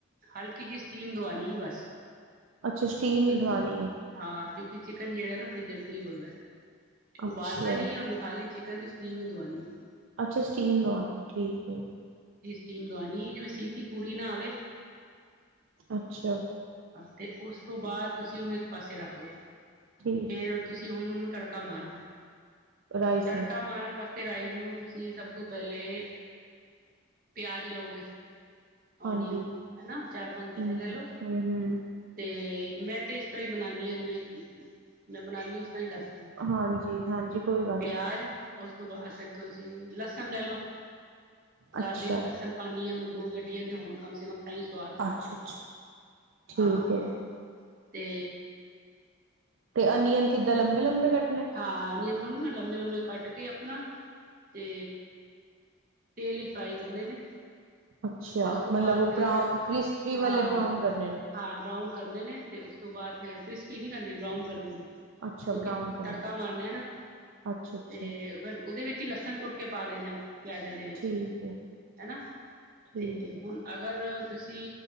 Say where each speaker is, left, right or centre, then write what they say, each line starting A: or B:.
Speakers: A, on the right; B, on the right.
A: ਹਲਕੀ ਜਿਹੀ ਸਟੀਮ ਦਵਾਣੀ ਏ ਬਸ।
B: ਅੱਛਾ। ਸਟੀਮ
A: ਕਿਉਂਕਿ
B: ਹੀ ਦਵਾਨੀ ਏ।
A: ਹਾਂ ਕਿਉਂਕਿ, ਚਿਕਨ ਜਿਹੜਾ ਨਾ, ਬੜੀ ਜਲਦੀ ਉਬਲਦਾ ਐ ਉਬਾਲਣਾ
B: ਅੱਛਾ
A: ਨਹੀਂ ਹੈ, ਉਹਨੂੰ ਖਾਲੀ ਚਿਕਨ ਨੂੰ ਸਟੀਮ ਹੀ ਦਵਾਉਂਦੀ
B: ਅੱਛਾ ਸਟੀਮ ਦਵਾਨੀ। ਠੀਕ ਏ
A: ਸਾਟੀਮ ਦੋਵਾਨੀ ਜ ਸਿਟੀ ਪੂਰੀ ਨਾ ਆਵੇ
B: ਅੱਛਾ।
A: ਅਤੇ ਉਸ ਤੋਂ ਬਾਅਦ ਤੁਸੀਂ ਉਹਨੂੰ ਇੱਕ ਪਾਸੇ ਰੱਖ ਦਿਉ।
B: ਠੀਕ
A: ਫੇਰ ਤੁਸੀਂ ਉਹਨੂੰ ਕਾ ਮਾਰਨਾ
B: ਰਾਈਸ
A: ਤੜਕਾ
B: ਨੂੰ
A: ਮਾਰਨ ਵਾਸਤੇ ਤੇ, ਰਾਈਜ਼ ਨੂੰ ਤੁਸੀਂ ਸਭ ਤੋਂ ਪਹਿਲੇ, ਪਿਆਜ ਲਓਗੇ
B: ਹਾਂਜੀ
A: ਓਨੀਅਨ ਹਨਾ। ਚਾਰ- ਪੰਜ ਪਿਆਜ
B: ਹੂੰ
A: ਲੈ ਲੋ,
B: ਹੂੰ ਹੂੰ
A: ਤੇ ਮੈਂ ਤੇ ਇਸ ਤਰ੍ਹਾਂ ਹੀ ਬਣਾਉਾਨਦੀ ਹਾਂ ਜਿਵੇਂ, ਮੈਂ ਬਣਾਉਾਨਦੀ ਹਾ, ਉਸ ਤਰ੍ਹਾਂ ਹੀ ਦੱਸ ਰਹੀ ਹਾਂ
B: ਹਾਂਜੀ-ਹਾਂਜੀ ਕੋਈ ਗੱਲ
A: ਪਿਆਜ
B: ਨਹੀਂ
A: ਉਸ ਤੋਂ ਬਾਅਦ ਫਿਰ ਤੁਸੀਂ ਲਸਣ ਲੈ ਲੌ। ਗਾਰਲਿਕ
B: ਅੱਛਾ
A: ਲਸਣ ਪਾਉਦੀ ਹਾਂ। ਮੈਂ ਦੋ ਗੱਡੀਆਂ ਤੇ ਹੋੁਣ ਕਮ ਸੇ ਕਮ ਤਾਂ ਹੀ ਸਵਾਦ ਆਉਂਦਾ
B: ਅੱਛਾ-ਅੱਛਾ
A: ਉਹਦਾ
B: ਠੀਕ
A: ਹਾਂ
B: ਹੈ।
A: ਤੇ
B: ਤੇ ਓਨਿਅਨ ਕਿੱਦਾਂ ਲੰਬੇ-ਲੰਬੇ ਕ
A: ਹਾਂ। ਨਿ ਓੰਨ ਲੰਮੇ-ਲੰਮੇ ਕੱਟ ਕੇ ਆਪਣਾ ਤੇ ਤੇਲ ਫਰਾਈ ਕਰਨੇ ਨੇ
B: ਅੱਛਾ-ਅੱਛਾ
A: ਉਸ ਤੋਂ
B: ਮਤਲਬ
A: ਬਾਅਦ
B: ਉਹ
A: ਫਿਰ,
B: ਬਰਾਊਨ ਕ੍ਰਿਸਪੀ ਵਾਲੇ
A: ਹਾਂ।
B: ਬਰਾਊਨ ਕਰਨੇ ਨੇ।
A: ਹਾਂ, ਬਰਾਊਨ ਕਰਨੇ ਨੇ, ਤੇ ਉਸ ਤੋਂ ਬਾਅਦ ਫੇਿਰ ਕ੍ਰਿਸਪ ਪੀਂਕ ਨੇ ਕਰਨੇ ਬਰਾਾਊਨ ਕਰਨੇ
B: ਅੱਛਾ,
A: ਕਿਉਂਕਿ
B: ਬਰਾਊਨ ਕਰਨਾ
A: ਤੜਕਾ ਮਾਰਨਾ ਨਾ।
B: ਅੱਛਾ-ਅੱਛਾ
A: ਤੇ ਫ ਉਹਦੇ ਵਿੱਚ ਹੀ ਲਸਣ ਕੁੱਟ ਕੇ ਪਾ ਦੇਣੇ। ਪਿਆਜ਼ਾਂ ਦੇ ਵਿੱਚ
B: ਠੀਕ
A: ਹੀ
B: ਏ।
A: ਹੈ। ਨਾ, ਅਤੇ
B: ਠੀਕ ਹੈ,
A: ਹੁਣ ਅਗਰ ਤੁਸੀਂ